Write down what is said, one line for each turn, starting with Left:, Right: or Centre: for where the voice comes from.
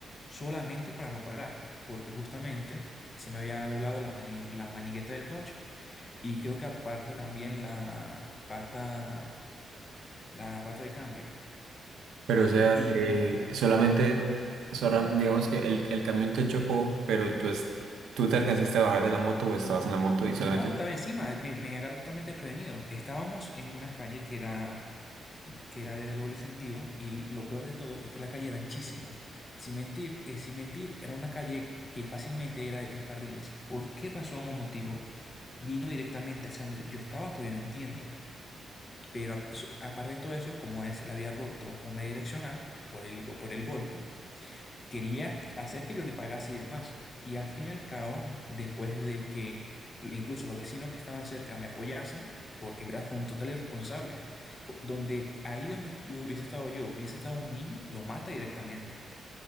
Left: solamente para no pagar, porque justamente se me había doblado la, mani- la manigueta del clutch y creo que aparte también la pata, la pata de cambio.
Right: Pero o sea,
Left: Y
Right: eh, solamente, sorra- digamos que el, el camión te chocó, pero tú, es, tú te alcanzaste a bajar de la moto o estabas en la moto y
Left: no,
Right: solamente...
Left: estaba encima, me, me agarró totalmente desprevenido. Estábamos en una calle que era, que era de doble sentido y lo peor de todo es que la calle era anchísima. Sin mentir, eh, sin mentir, era una calle que fácilmente era de tres carriles. ¿Por qué razón o motivo vino directamente hacia donde yo estaba? Todavía no entiendo. Pero a- su- aparte de todo eso, como a él se le había roto una direccional por el, go- por el golpe, quería hacer que yo le pagase y demás. Y al fin y al cabo, después de que incluso los vecinos que estaban cerca me apoyasen, porque en verdad fue un total irresponsable, po- donde ahí donde yo hubiese estado yo, hubiese estado un niño, lo mata directamente.